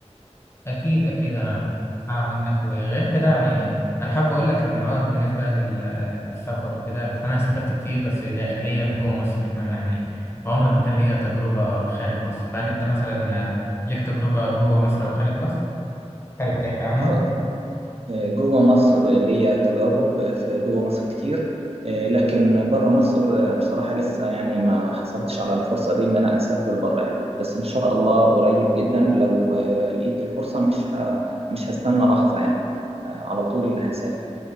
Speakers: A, on the left; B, on the right.
A: أكيد أكيد أنا هسمع منك وغير كده يعني أنا حابب أقول لك إن هو بالنسبة لل- للسفر وكده بس أنا سافرت كتير بس داخليا جوه مصر إنما يعني عمر ما كان ليا تجربة خارج مصر فهل أنت مثلا ليك تجربة جوه مصر أو خارج مصر حابب تحكي عنها؟
B: اه جوه مصر ليا تجارب آه، في جوه مصر كتير آه، لكن بره مصر آه، بصراحة لسه يعني ما حصلتش على الفرصة دي إن أنا أسافر بره يعني بس إن شاء الله قريب جدا لو آه، لقيت الفرصة مش ه... مش هستنى لحظة يعني آه، على طول هسافر